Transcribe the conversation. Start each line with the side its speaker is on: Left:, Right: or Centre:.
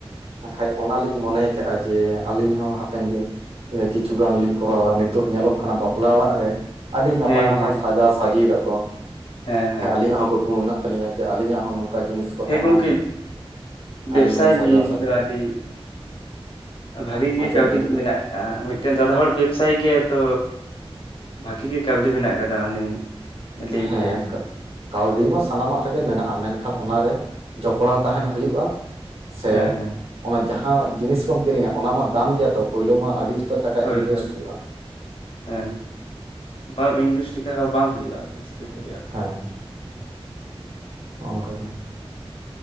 Right: ᱟᱠᱷᱟᱡ ᱚᱱᱟᱞᱤᱧ ᱢᱚᱱᱮ ᱠᱟᱜᱼᱟ ᱡᱮ ᱟᱹᱞᱤᱧ ᱦᱚᱸ ᱦᱟᱯᱮᱱ ᱫᱤᱱ ᱠᱤᱪᱷᱩ ᱜᱟᱱ ᱞᱤᱧ ᱠᱚᱨᱟᱣᱟ ᱱᱤᱛᱚᱜ ᱧᱮᱞᱚᱜ ᱠᱟᱱᱟ ᱵᱟᱯᱞᱟ ᱚᱲᱟᱜ ᱨᱮ ᱟᱹᱰᱤ ᱱᱟᱯᱟᱭ
Left: ᱦᱮᱸ
Right: ᱱᱟᱯᱟᱭ
Left: ᱦᱮᱸ
Right: ᱥᱟᱡᱟᱣᱼ
Left: ᱦᱮᱸ ᱴᱷᱤᱠ
Right: ᱥᱟᱡᱤᱭ
Left: ᱴᱷᱤᱠ
Right: ᱫᱟᱠᱚ
Left: ᱦᱮᱸ
Right: ᱵᱟᱠᱷᱟᱡ
Left: ᱦᱮᱸ ᱦᱮᱸ
Right: ᱟᱹᱞᱤᱧᱟᱜ ᱦᱚᱸ ᱠᱩᱠᱢᱩ ᱢᱮᱱᱟᱜ ᱛᱟᱹᱞᱤᱧᱟ ᱡᱮ ᱟᱹᱞᱤᱧᱟᱜ ᱦᱚᱸ ᱱᱚᱝᱠᱟ ᱡᱤᱱᱤᱥ ᱠᱚ ᱛᱟᱦᱮᱱᱟ
Left: ᱦᱮᱸ ᱜᱚᱝᱠᱮ
Right: ᱟᱹᱞᱤᱧ
Left: ᱵᱮᱵᱽᱥᱟᱭ
Right: ᱦᱚᱸᱞᱤᱧ ᱥᱟᱡᱟᱣ ᱥᱟᱡᱤᱭᱟ
Left: ᱛᱚ ᱟᱹᱰᱤ ᱵᱷᱟᱜᱤ ᱜᱮ
Right: ᱢᱟ ᱪᱮᱫ
Left: ᱠᱟᱹᱣᱰᱤ
Right: ᱵᱮᱱ ᱞᱟᱹᱭᱫᱟ
Left: ᱠᱚ ᱢᱮᱱᱟᱜ ᱟᱻ ᱢᱤᱫᱴᱮᱱ ᱫᱟᱫᱟ ᱦᱚᱲ ᱵᱮᱵᱽᱥᱟᱭ ᱜᱮᱭᱟ ᱛᱚ ᱵᱷᱟᱜᱤ ᱜᱮ ᱠᱟᱣᱰᱤ ᱢᱮᱱᱟᱜ ᱠᱟᱫᱟ ᱩᱱᱤ ᱞᱟᱹᱭ
Right: ᱦᱮᱸ
Left: ᱜᱮᱭᱟ ᱟᱨᱠᱤ
Right: ᱾ ᱠᱟᱹᱣᱰᱤ ᱢᱟ ᱥᱟᱱᱟᱢᱟᱜ ᱨᱮᱜᱮ ᱢᱮᱱᱟᱜᱼᱟ ᱢᱮᱱᱠᱷᱟᱱ ᱚᱱᱟᱨᱮ ᱡᱚᱯᱲᱟᱣ ᱛᱟᱦᱮᱸᱱ ᱦᱩᱭᱩᱜᱼᱟ ᱾ ᱥᱮ
Left: ᱦᱮᱸ ᱦᱮᱸ
Right: ᱚᱱᱟ ᱡᱟᱦᱟᱸ ᱡᱤᱱᱤᱥ ᱠᱚᱢ ᱠᱤᱨᱤᱧᱟ ᱚᱱᱟ ᱢᱟ ᱫᱟᱢ ᱜᱮᱭᱟ ᱛᱚ ᱯᱳᱭᱞᱳ ᱢᱟ ᱟᱹᱰᱤ ᱩᱛᱟᱹᱨ ᱴᱟᱠᱟ
Left: ᱦᱳᱭ
Right: ᱤᱱᱵᱷᱮᱥᱴ
Left: ᱦᱳᱭ
Right: ᱦᱩᱭᱩᱜᱼᱟ
Left: ᱦᱮᱸ ᱵᱟᱢ ᱤᱱᱵᱷᱮᱥᱴ ᱞᱮᱠᱷᱟᱡ ᱦᱚ ᱵᱟᱝ ᱦᱩᱭᱩᱜᱼᱟ ᱟᱫᱚ ᱪᱤᱠᱟᱹᱛᱮ ᱦᱩᱭᱩᱜᱼᱟ ᱾
Right: ᱦᱮᱸ ᱦᱮᱸ ᱦᱚᱸ-ᱚ ᱱᱚᱠᱟᱜᱮ ᱾